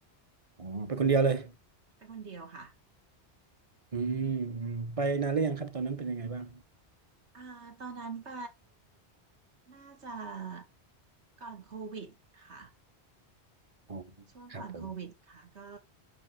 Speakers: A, on the right; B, on the right.
A: อ๋อไปคนเดียวเลย
B: ไปคนเดียวค่ะ
A: อืมอืมไปนานหรือยังครับตอนนั้นเป็นยังไงบ้าง
B: อ่าตอนนั้นไปน่าจะก่อนโควิดค่ะ
A: อ๋อ
B: ช่วงก่อนโควิดค่ะก็
A: ครับผม